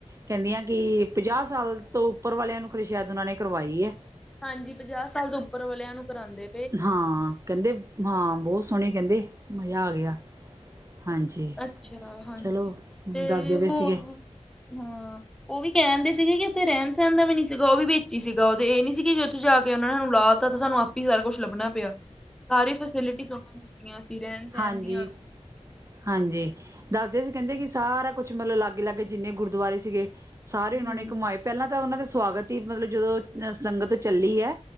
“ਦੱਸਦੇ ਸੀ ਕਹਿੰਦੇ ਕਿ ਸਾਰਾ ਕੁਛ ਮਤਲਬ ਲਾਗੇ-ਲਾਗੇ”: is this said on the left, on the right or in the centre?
Right